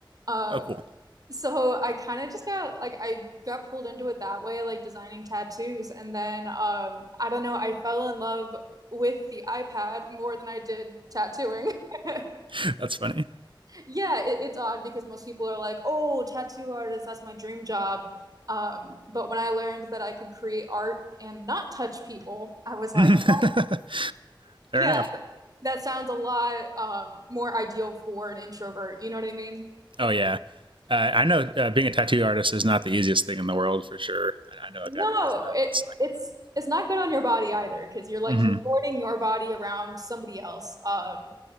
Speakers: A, on the right (about 50°); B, on the right (about 85°).
A: Um,
B: But oh, cool.
A: So I kind of just got like I got pulled into it that way, like designing tattoos. And then um I don't know, I fell in love with the iPad more than I did tattooing. <laughs>
B: <laughs> That's funny.
A: Yeah, it, it's odd because most people are like, "Oh, tattoo artist, that's my dream job." Um, but when I learned that I could create art and not touch people, I was like,
B: <laughs>
A: "Yeah,
B: Fair enough.
A: that sounds a lot um more ideal for an introvert." You know what I mean?
B: Oh yeah, uh, I know uh, being a tattoo artist is not the easiest thing in the world for sure. And I know
A: No,
B: a guy that does that,
A: it
B: and it's like
A: it's
B: a really difficult.
A: it's not good on your body either because you're like
B: Mm-hmm.
A: contorting your body around somebody else. Um,